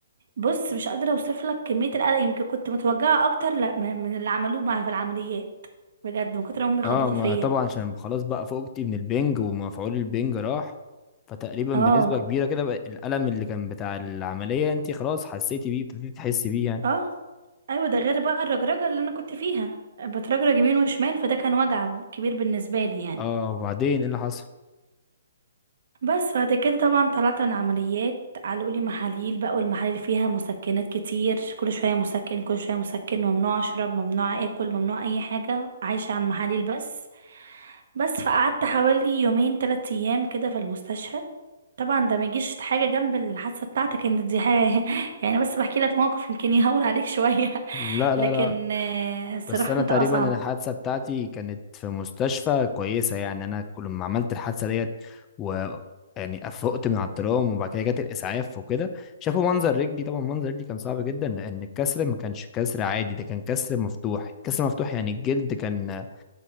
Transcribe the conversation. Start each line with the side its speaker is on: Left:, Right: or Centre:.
Right: بص مش قادرة اوصفلك كمية القلق يمكن كنت متوجعة اكتر لا من من اللي عملوه معايا في العمليات بجد من كتر ما هم بيخبطوا
Left: اه ما
Right: فيا
Left: طبعا عشان خلاص بقى فوقتي من البنج ومفعول البنج راح فتقريبا
Right: اه
Left: بنسبه كبيره كده بقى الالم اللي كان بتاع العمليه انت خلاص حسيتي بيه ابتديتي تحسي بيه يعني
Right: اه ايوه ده غير بقى الرجرجه اللي انا كنت فيها بترجرج يمين وشمال فده كان وجع كبير بالنسبه لي يعني
Left: اه وبعدين ايه اللي حصل
Right: بس بعد كده طبعا طلعت من عمليات علقوا لي محاليل بقى والمحاليل فيها مسكنات كتير كل شويه مسكن كل شويه مسكن ممنوع اشرب ممنوع اكل ممنوع اي حاجه عايشه على المحاليل بس بس فقعدت حوالي يومين ثلاثة ايام كده في المستشفى طبعا ده ما يجيش حاجه جنب الحادثه بتاعتك انت دي حاجه <laughs> يعني بس بحكي لك موقف يمكن يهون عليك شويه
Left: لا لا
Right: لكن
Left: لا
Right: آه، الصراحة
Left: بس انا
Right: انت
Left: تقريبا
Right: اصعب
Left: أنا الحادثه بتاعتي كانت في مستشفى كويسه يعني انا كل ما عملت الحادثه ديت و يعني افقت من على الترام وبعد كده جت الاسعاف وكده شافوا منظر رجلي طبعا منظر رجلي كان صعب جدا لان الكسر ما كانش كسر عادي ده كان كسر مفتوح كسر مفتوح يعني الجلد كان